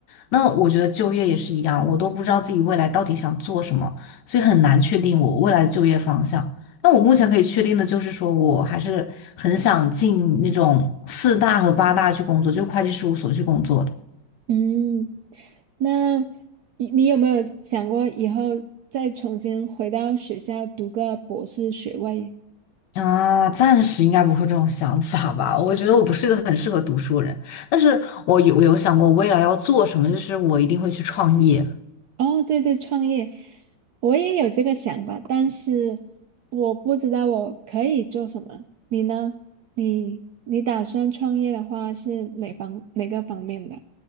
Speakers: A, on the left; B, on the right.
A: 那我觉得就业也是一样，我都不知道自己未来到底想做什么，所以很难确定我未来的就业方向。那我目前可以确定的就是说，我还是很想进那种四大和八大去工作，就会计事务所去工作的。
B: 嗯，那你你有没有想过以后再重新回到学校读个博士学位？
A: 啊，暂时应该不会有这种想法吧？我觉得我不是一个很适合读书的人，但是我有我有想过未来要做什么，就是我一定会去创业。
B: 哦，对对，创业，我也有这个想法，但是我不知道我可以做什么。你呢？你你打算创业的话是哪方哪个方面的？